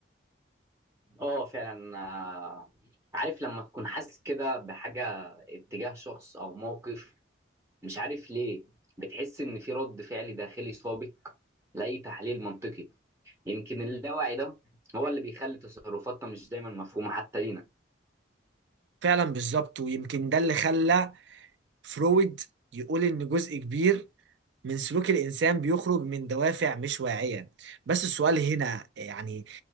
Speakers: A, on the right; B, on the right.
A: اه فعلا آه عارف لما تكون حاسس كده بحاجة اتجاه شخص او موقف مش عارف ليه بتحس ان في رد فعل داخلي سابق لأي تحليل منطقي. يمكن اللاوعي ده هو اللي بيخلي تصرفاتنا مش دايما مفهومة حتى لينا
B: فعلا بالظبط ويمكن ده اللي خلى فرويد يقول ان جزء كبير من سلوك الإنسان بيخرج من دوافع مش واعية بس السؤال هنا يعني